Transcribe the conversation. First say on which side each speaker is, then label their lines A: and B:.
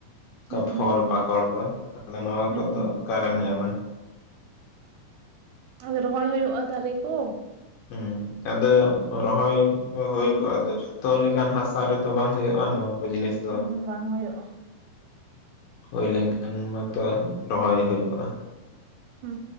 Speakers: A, on the left (about 80°); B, on the right (about 80°).
A: ᱚᱠᱟ
B: ᱦᱩᱸ
A: ᱯᱷᱚᱞ
B: ᱦᱩᱸ
A: ᱯᱟᱠᱚᱲ ᱠᱚ᱾ ᱟᱫᱚ ᱱᱚᱣᱟ
B: ᱦᱩᱸ
A: ᱠᱚᱛᱚ ᱚᱠᱟᱨᱮᱢ ᱧᱟᱢᱟ᱾
B: ᱟᱫᱚ ᱨᱚᱦᱚᱭ ᱦᱩᱭᱩᱜᱼᱟ ᱫᱟᱨᱮ ᱠᱚ
A: ᱦᱩᱸ ᱟᱫᱚ ᱨᱚᱦᱚᱭ ᱫᱚ ᱦᱩᱭ ᱠᱚᱜᱼᱟ <unintelligible> ᱡᱷᱚᱛᱚ ᱞᱮᱠᱟᱱ ᱦᱟᱥᱟ ᱨᱮᱛᱚ ᱵᱟᱝ ᱦᱩᱭᱩᱜᱼᱟ ᱱᱚᱣᱟ ᱠᱚ ᱡᱤᱱᱤᱥ ᱫᱚ᱾
B: ᱦᱩᱸ ᱵᱟᱝ ᱦᱩᱭᱩᱜᱼᱟ
A: ᱦᱳᱭ ᱞᱮᱱᱠᱷᱟᱱ ᱢᱟᱛᱚ ᱨᱚᱦᱚᱭ ᱦᱩᱭ ᱠᱚᱜᱼᱟ᱾
B: ᱦᱩᱸ